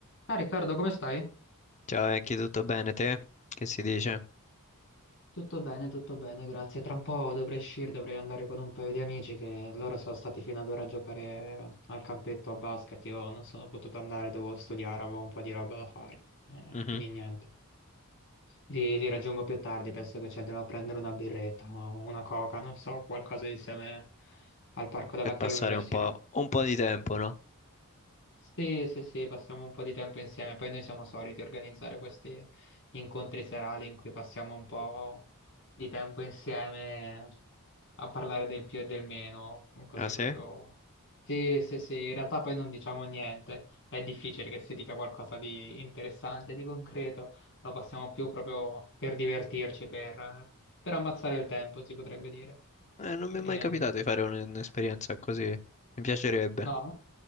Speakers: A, on the left; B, on the left.
A: Ah, Riccardo, come stai?
B: Ciao Enki, tutto bene te? Che si dice?
A: Tutto bene, tutto bene, grazie. Tra un po' dovrei uscire, dovrei andare con un paio di amici che loro sono stati fino ad ora a giocare al campetto a basket. Io non sono potuto andare, dovevo studiare, avevo un po' di roba da fare. Eh,
B: Mhm.
A: quindi niente. Li, li raggiungo più tardi, penso che ci andrò a prendere una birretta o una coca, non so, qualcosa insieme al parco davanti
B: Per passare
A: all'università.
B: un po', un po' di tempo, no?
A: Sì, sì, sì, passiamo un po' di tempo insieme, poi noi siamo soliti organizzare questi incontri serali in cui passiamo un po' di tempo insieme a parlare del più e del meno, così
B: Ah sì?
A: proprio... Sì, sì, sì, in realtà poi non diciamo niente, è difficile che si dica qualcosa di interessante, di concreto, lo passiamo più proprio per divertirci, per, per ammazzare il tempo, si potrebbe dire.
B: Eh, non mi
A: Ehm,
B: è mai capitato di fare un- un'esperienza così. Mi piacerebbe.
A: no?